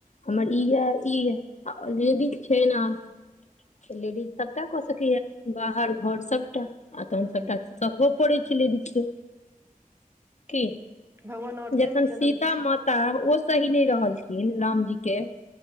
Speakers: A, on the left; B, on the right.
A: हमर ई ये ई अ ओ रेडीज छै न
B: हं
A: लेडीज सबटा क सकै यए। बाहर घर सबटा, आ तोहन
B: हूँ
A: सबटा सहो परे छलै लेडी के। कि?
B: भगवान औरते
A: जखन
B: मे जन्म
A: सीता माता ओ सही नहि रहलखिन, लाम के,